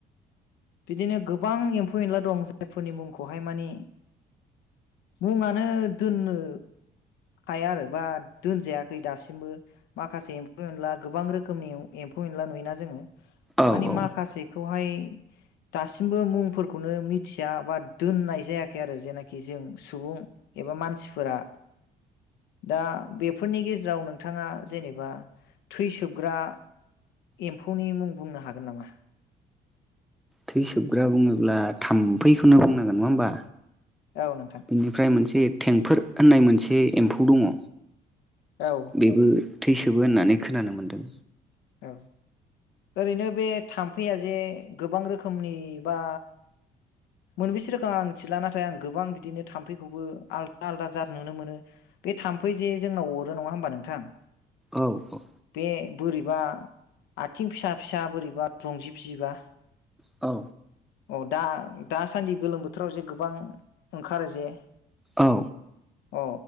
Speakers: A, on the left; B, in the centre.
A: बिदिनो गोबां एम्फौ - एनला दं जायफोरनि मुंखौहाय मानि मुङानो दोननो हाया आरो बा दोनजायाखै दासिमबो। माखासे एम्फौ- एनला गोबां रोखोमनि एम्फौ- एनला नुयोना जोङो?
B: औ
A: मानि
B: औ
A: माखासेखौहाय दासिमबो मुंफोरखौनो मिथिया बा दोननाय जायाखै आरो जेनाखि जों सुबुं एबा मानसिफोरा दा बेफोरनि गेजेराव नोंथाङा जेनेबा थै सोबग्रा एम्फौनि मुं बुंनो हागोन नामा?
B: थै सोबग्रा बुङोब्ला थाम्फैखौनो बुंनांगोन नङा होमबा?
A: औ नोंथां।
B: बेनिफ्राय मोनसे टेंफोर होननाय मोनसे एम्फौ दङ।
A: औ।
B: बेबो थैसोबो होननानै खोनानो मोन्दों।
A: औ, ओरैनो बे थाम्फैया जे गोबां रोखोमनि बा मोनबेसे रोखोम आं मिथिला नाथाय आं गोबां बिदिनो थाम्फैखौबो आलादा -आलादा जात नुनो मोनो। बे थाम्फै जे जोंनाव अरो नङा होमबा नोंथां?
B: औ औ।
A: बे बोरैबा आथिं फिसा- फिसा बोरैबा रंजिब जिबा
B: औ।
A: अ दा - दासान्दि गोलोम बोथोराव जे गोबां ओंखारो जे
B: औ।
A: अ।